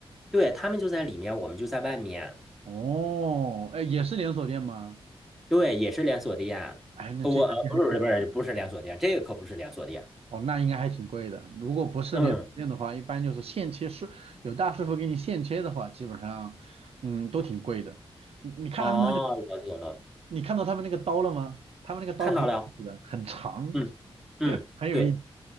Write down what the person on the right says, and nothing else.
哦，哎，也是连锁店吗？
哎，那这家店还挺
哦，那应该还挺贵的。如果不是连锁店的话，
一般就是现切师，有大师傅给你现切的话，基本上，嗯，都挺贵的。你你看到他们那个，
你看到他们那个刀了吗？他们那个刀很有意思的，
很长，
很有意思。